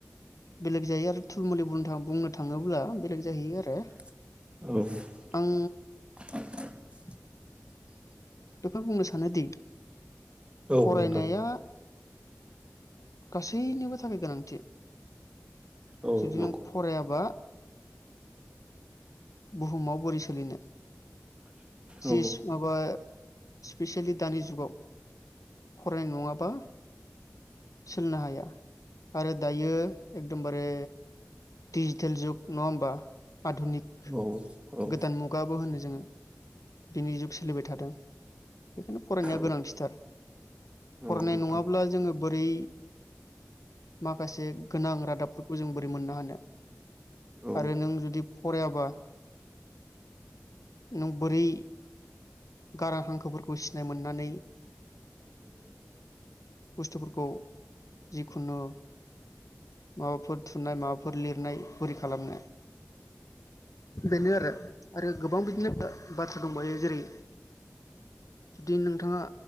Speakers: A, on the left; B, on the right.
A: बेलेक जायो आरो थुलमुलि बुं बुंनो थाङोब्ला बेलेग जाहैयो आरो।
B: औ
A: आं बेखौ बुंनो सानोदि
B: औ
A: फरायनाया
B: नोंथां
A: गासैनिबो थाखाय गोनांथि
B: औ
A: जुदि
B: नंगौ
A: नों फरायाबा बुहुमुमाव बोरै सोलिनो। जिस
B: औ
A: माबा स्पेसियेलि दानि जुगाव फरायनाय नङाबा सोलिनो हाया आरो दायो एकदमबारे डिजिटेल जुग नङा होमबा आधुनिक
B: औ औ
A: गोदान मुगाबो होनो‌ जोङो दिनि जुग सोलिबाय थादों। बेखायनो फरायनाया
B: औ
A: गोनांथिथार
B: नंगौ
A: फरायनाय
B: नोंथां
A: नङाब्ला जोङो बोरै माखासे गोनां रादाबफोरखौ जों बोरै मोननो हानो।
B: औ
A: आरो नों जुदि फ फरायाबा नों बोरै गारां हांखोफोरखौ सिनाय मोननानै
B: <unintelligible>
A: बुस्थुफोरखौ जिखुनु माबाफोर थुनाय माबाफोर लिरनाय बोरै खालामनो। बेनो आरो आरो गोबां बिदिनो बा-बाथ्रा दंबायो जेरै जुदि नोंथाङा